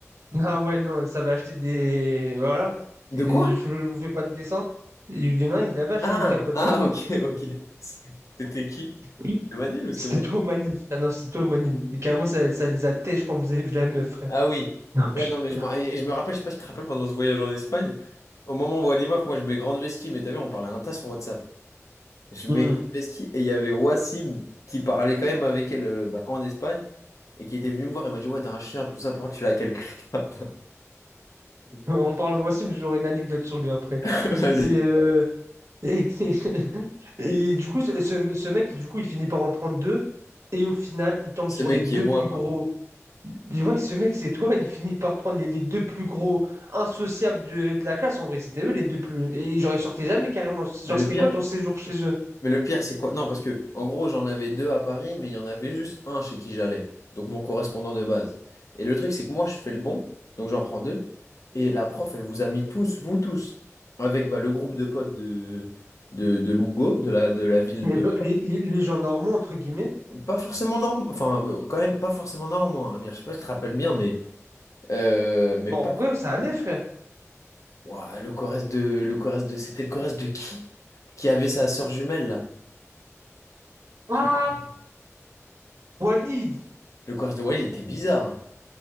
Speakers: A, on the right; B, on the left.
A: Ah ouais non, ça va acheter des voilà.
B: <laughs> De
A: Et
B: quoi?
A: Je, je vous fais pas de dessin. Il y en a un, il avait acheté
B: Ah,
A: une capote,
B: ah,
A: non?
B: ok, ok. C'était qui?
A: Oui.
B: C'était Manil ou
A: C'était
B: c'était moi?
A: toi au Manil. Ah non, c'était toi au Manil. Et carrément ça, ça les a têches quand vous avez vu la meuf.
B: Ah oui.
A: Non,
B: Ouais,
A: putain.
B: non, mais je me, et je me rappelle, je sais pas si tu te rappelles pendant ce voyage en Espagne. Au moment où on voit les meufs, moi, je mets grande vesquille, mais t'as vu, on parlait un tas sur WhatsApp. Je mets
A: Hmm.
B: ski et il y avait Wassim qui parlait quand même avec elle euh, bah, en Espagne et qui était venu me voir et m'a dit ouais t'as un chien tout ça pourquoi tu l'as quelque part
A: En parlant de Wassim, j'aurai une anecdote sur lui après.
B: <laughs> vas-y
A: Et, euh, et, <laughs> et du coup, ce, ce ce mec, du coup, il finit par en prendre deux. Et au final, il tombe
B: ce
A: sur
B: mec
A: les deux
B: qui est moi
A: plus
B: quoi
A: gros. Tu vois, ce mec, c'est toi. Il finit par prendre les, les deux plus gros insociables de, de la classe. En vrai, c'était eux les deux plus. Et genre, ils sortaient jamais carrément. Genre,
B: mais le
A: c'était
B: pire
A: quoi ton séjour chez eux?
B: mais le pire c'est quoi non parce que en gros j'en avais deux à Paris mais il y en avait juste un chez qui j'allais donc mon correspondant de base et le truc c'est que moi je fais le bon donc j'en prends deux et la prof elle vous a mis tous vous tous avec bah, le groupe de potes de de, de Lugo de la de la ville
A: Les,
B: de
A: les- les- les gens normaux, entre guillemets.
B: Pas forcément normal, enfin euh, quand même pas forcément normand, hein, Amir. Je sais pas si tu te rappelles bien, mais euh, mais
A: Bon,
B: pas
A: en vrai, ça allait, frère.
B: Ouah, le Corrèze de le Corrèze de c'était le Corrèze de qui qui avait sa sœur jumelle là?
A: Ah.
B: Je sais plus.
A: Walid!
B: Le Corrèze de Wally il était bizarre. hein.